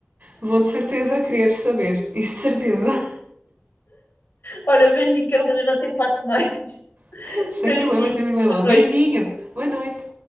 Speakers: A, on the right; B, on the left.
A: Vou de certeza querer saber. Isso de certeza.
B: Olha, beijinho, Carolina, não tem pato mais. <laughs>
A: <laughs> sem
B: Beijinho,
A: problema, sem problema.
B: boa noite.
A: Beijinho. Boa noite.